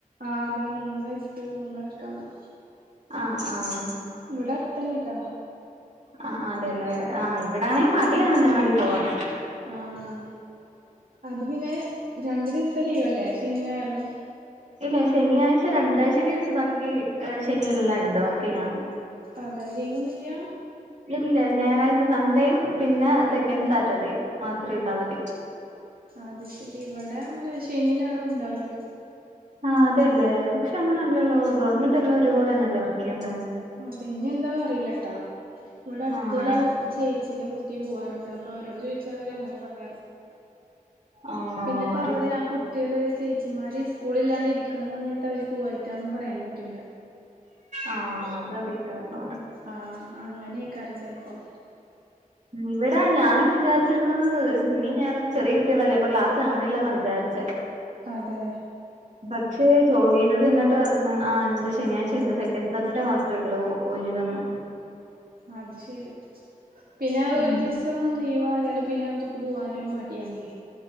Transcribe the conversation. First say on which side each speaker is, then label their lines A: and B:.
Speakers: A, on the right (about 85°); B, on the right (about 55°).
A: ആതോ മൂന്ന് വയസ് മൂന്നരയൊക്കെ ആണം.
B: ആഹ് ആഹ്
A: ഇവിടെ അടുത്ത്ന്നെട്ടാ.
B: ആഹ് ആ അതെല്ലേ ആഹ് ഇവിടാണെങ്കിൽ മടിയാണ് അംഗനവാടി പോവാൻ
A: ആഹ് അത് പിന്നെ രണ്ടു ദിവസം ലീവല്ലേ ശനിയും, ഞായറും.
B: ഇല്ല ശനിയാഴ്ച രണ്ടാം ശനിയാഴ്ച ബാക്കി ശനിയെല്ലാം ഇണ്ട് വർക്കിങ്ങാണ്.
A: അതെ ലീവൊന്നുമില്ല.
B: ഇല്ല ഞായറാഴ്ച സൺഡേയും പിന്നെ സെക്കൻഡ് സാറ്റർഡേയും മാത്രേ ഉള്ളൂ അവധി
A: അത് ശെരി ഇവിടെ അങ്ങനെ ശനിയും ഞായറും ഉണ്ടാവില്ല.
B: ആഹ് അതെയല്ലെ പക്ഷ അങ്ങനെ അല്ലല്ലോ ഗവൺമെന്റെല്ലാം ഒരുപോലെ തന്നെയല്ലേ വർക്ക്‌ ചെയ്യണ്ടെ
A: പിനൊ എന്താ അറിയില്ലാട്ടാ ഇവിടെ അടുത്തൊരു
B: ആഹ്
A: ചേച്ചീന്റെ കുട്ടി കുട്ടി പോവാറുണ്ട് അപ്പോ അവരോട് ചോദിച്ചാ അവര് അങ്ങനെ പറയ്യാറ്.
B: ആഹ്
A: പിന്നെപ്പവര്
B: അറി
A: ആഹ് കു കുട്ടികള് ചേച്ചിമാര് സ്കൂളില്ലാണ്ട് ഇരിക്കണ സമയത്ത് അവര് പോയിട്ടാണെന്ന് പറയാൻ പറ്റില്ല.
B: ആഹ് അതറിയില്ല അവിടെ
A: ആഹ് അങ്ങനെയ്ക്കാരം ചെലപ്പം.
B: ഇവിടെ ഞാനും വിചാരിച്ചിക്ണത്. ശനിയും ഞായറും ചെറിയ കുട്ടികളല്ലേ അപ്പം ക്ലാസ് കാണില്ലെന്നാ വിചാരിച്ചേ
A: അതെ
B: പക്ഷേ ചോയിന്നത് ഇങ്ങട്ട് പറഞ്ഞ് ആഹ് ഇണ്ട് ശനിയാഴ്ച്ച ഇണ്ട് സെക്കൻഡ് സാറ്റർഡേ മാത്രമേ ഉള്ളൂ ഒഴിവെന്ന്.
A: അത് ശരി പിന്നെആ
B: ഉം
A: ഒരു ദിവസം തോനോ ലീവായാല് പിന്നെ അവർക്ക് പോകാനൊരു മടിയാണെ?